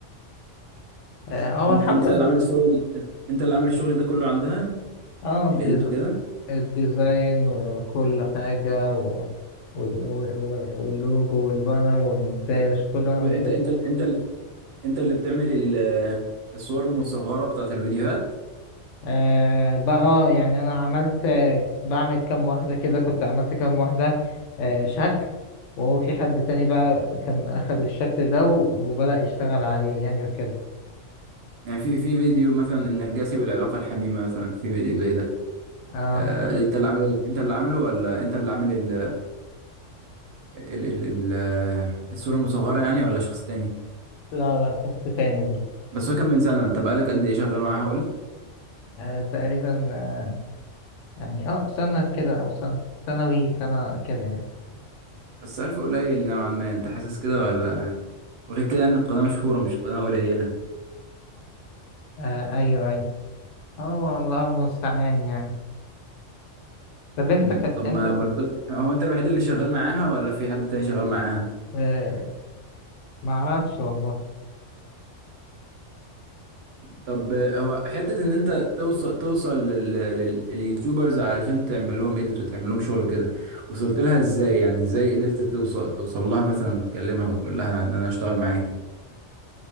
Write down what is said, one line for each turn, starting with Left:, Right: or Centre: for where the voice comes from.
Left: آه، هو
Right: انت
Left: الحمد
Right: انت
Left: لله
Right: اللي عامل الشغل انت اللي عامل الشغل ده كله عندها
Left: اه الديز-
Right: الإيديت وكده
Left: الديزاين وكل حاجة و... و... و... واللوجو والبانر والمونتاج كله انا
Right: انت
Left: اللي كنت
Right: انت انت انت اللي بتعمل ال- الصور المصغره بتاعت الفيديوهات
Left: آه بقى آه، يعني انا عملت آه، بعمل كام واحدة كده كنت عملت كام واحدة آه شكل وهو في حد تاني بقى كان اخذ الشكل ده و- وبدأ يشتغل عليه يعني وكده
Right: يعني في في فيديو مثلا النرجسي والعلاقه الحميمه مثلا في فيديو زي ده
Left: اه
Right: آه، انت اللي عامل انت اللي عامله ولا انت اللي عامل ال ال ال ال آه، الصوره المصغره يعني ولا شخص تاني
Left: لا لا شفت تاني دي
Right: بس هو كان من سنه انت بقالك قد ايه شغال معاها قلت
Left: آه تقريبا آه يعني اه سنة كده او سنة ثانوي سنة كده يعني
Right: بس عارف قليل نوعا ما انت حاسس كده ولا وغير كده ان القناه مشهوره مش قناه قليله
Left: آه ايوه ايوه اه والله المستعان يعني طب انت
Right: مم،
Left: ك...
Right: طب
Left: انت
Right: ما مرتب هو انت الوحيد اللي شغال معاها ولا في حد تاني شغال معاها
Left: اه... ما اعرفش والله
Right: طب هو حتة إن أنت توصل توصل لل- لل- لليوتيوبرز علشان تعمل لهم إيديت وتعمل لهم شغل وكده وصلت لها إزاي يعني إزاي قدرت توصل توصل لها مثلا تكلمها وتقول لها إن أنا أشتغل معاكي